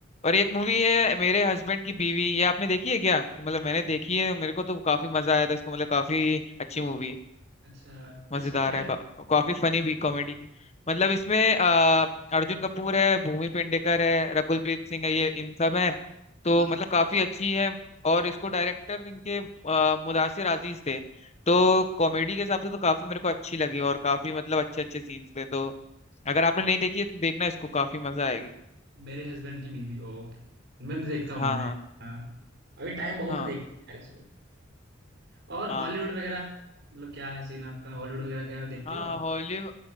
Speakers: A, on the left; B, on the right.
A: और एक मूवी है मेरे हस्बैंड की बीवी ये आपने देखी है क्या मतलब मैंने देखी है मेरे को तो काफी मजा आया था इसको मतलब काफी अच्छी मूवी है
B: अच्छा
A: मजेदार
B: किसकी है
A: है का- काफी फनी भी कॉमेडी की मतलब इसमें आ, अर्जुन कपूर है भूमि पेंडेकर है रकुलप्रीत सिंह है ये इन सब हैं तो
B: हाँ,
A: मतलब काफी अच्छी है और इसको डायरेक्टर इनके आ, मुदासिर अजीज थे तो
B: अच्छा
A: कॉमेडी के हिसाब से तो काफी मेरे को अच्छी लगी और काफी मतलब अच्छे अच्छे सीन्स थे तो अगर आपने नहीं देखी है तो देखना इसको काफी मजा आएगी
B: मेरे हस्बैंड की बीबी ओ okay। मैं भी देखता हूँ
A: हाँ
B: मैं
A: हाँ
B: हाँ अभी टाइम बहुत
A: हाँ
B: है देखते यार इसको और
A: हाँ
B: हॉलीवुड वगैरह मतलब क्या है सीन आपका हॉलीवुड वगैरह क्या देखते
A: हाँ
B: हो आप
A: हॉलीवुड